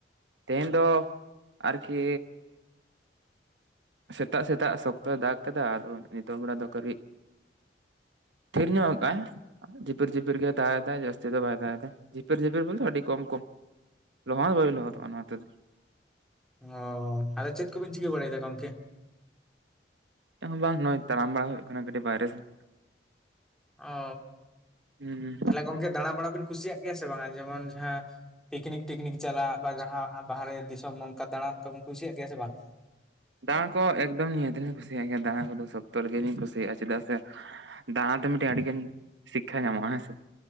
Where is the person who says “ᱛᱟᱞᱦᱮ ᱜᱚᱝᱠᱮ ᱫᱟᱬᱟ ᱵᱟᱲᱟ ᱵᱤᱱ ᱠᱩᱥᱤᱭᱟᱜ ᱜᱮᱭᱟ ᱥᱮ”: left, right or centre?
Centre